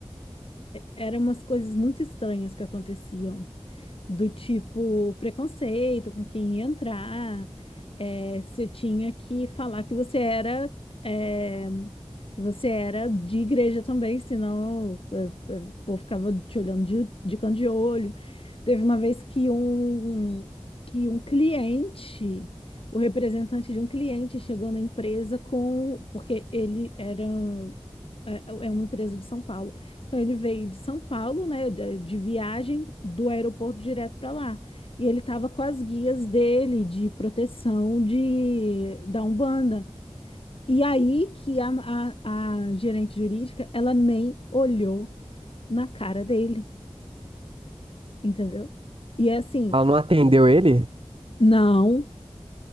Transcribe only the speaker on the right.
Ela não atendeu ele?